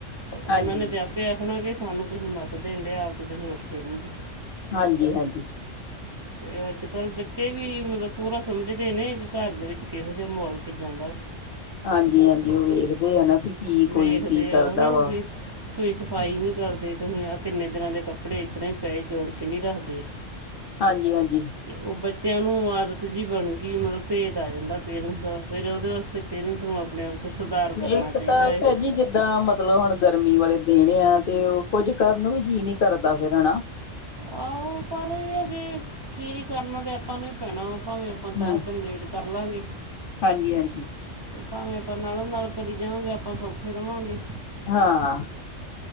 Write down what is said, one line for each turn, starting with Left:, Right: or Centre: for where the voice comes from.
Right: ਤੇ ਉਹਨਾਂ
Left: ਹਾਂਜੀ
Right: ਨੇ ਤੇ ਆਪੇ ਆਖਣਾ ਕਿ ਸਾਨੂੰ ਤੁਸੀਂ ਮੱਤ ਦੇਣ ਡਿਆ ਆਪ ਤੇ ਤੁਸੀਂ ਉੱਠਦੇ ਨੀ ਜੇ
Left: ਹਾਂਜੀ ਹਾਂਜੀ।
Right: ਠ ਤੇ ਅੱਜ ਕੱਲ੍ਹ ਬੱਚੇ ਵੀ ਮਤਲਬ ਪੂਰਾ ਸਮਝਦੇ ਨੇ ਕਿ ਘਰ ਦੇ ਵਿੱਚ ਕਿਹੋ ਜਿਹਾ ਮਾਹੌਲ ਕਿੱਦਾ ਦਾ
Left: ਹਾਂਜੀ ਹਾਂਜੀ ਉਹੀ ਵੇਖਦੇ ਆ ਨਾ ਵੀ ਕੀ
Right: ਦੇਖਦੇ
Left: ਕੋਈ ਕੀ ਕਰਦਾ
Right: ਆ ਹਨਾ
Left: ਵਾ
Right: ਵੀ ਕੋਈ ਸਫਾਈ ਨਹੀਂ ਕਰਦੇ ਤੁਸੀਂ ਆਹ ਕਿੰਨੇ ਦਿਨਾਂ ਦੇ ਕੱਪੜੇ ਇਸ ਤਰ ਹੀ ਪਏ ਜੋੜ ਕੇ ਨਹੀਂ ਰੱਖਦੇ। ਥ
Left: ਹਾਂਜੀ ਹਾਂਜੀ।
Right: ਉਹ ਬੱਚਿਆਂ ਨੂੰ ਆਦਤ ਜਿਹੀ ਬਣ ਗਈ ਮਤਲਬ ਭੇਦ ਆ ਜਾਂਦਾ ਪੇਰੈਂਟਸ ਦਾ ਫਿਰ ਉਹਦੇ ਵਾਸਤੇ ਪੇਰੈਂਟਸ ਨੂੰ ਆਪਣੇ ਆਪ ਚ ਸੁਧਾਰ ਕਰਨਾ
Left: ਇੱਕ
Right: ਚਾਹੀਦਾ
Left: ਤਾਂ
Right: ਹੈ
Left: ਫਿਰ ਜੀ ਜਿੱਦਾਂ ਮਤਲਬ ਹੁਣ ਗਰਮੀ ਵਾਲੇ ਦਿਨ ਆ ਤੇ ਉਹ ਕੁੱਝ ਕਰਨ ਵੀ ਜੀਅ ਨੀ ਕਰਦਾ ਫਿਰ ਹਨਾ
Right: ਆਹੋ ਪਰ ਇਹ ਹੈ ਜ ਖੀਰੀ ਕਰਨਾ ਤਾਂ ਆਪਾਂ ਨੂੰ ਹੀ ਪੈਣਾ ਵਾ ਭਾਵੇਂ ਆਪਾਂ ਦਸ
Left: ਹੂੰ
Right: ਦਿਨ ਲੇਟ ਕਰ ਲਾਗੇ
Left: ਹਾਂਜੀ ਹਾਂਜੀ।
Right: ਭਾਵੇਂ ਆਪਾਂ ਨਾਲੋਂ ਨਾਲ ਕਰੀ ਜਾਵਾ ਗੇ ਆਪਾ ਸੌਖੇ ਰਵਾਂਗੇ।
Left: ਹਾਂ।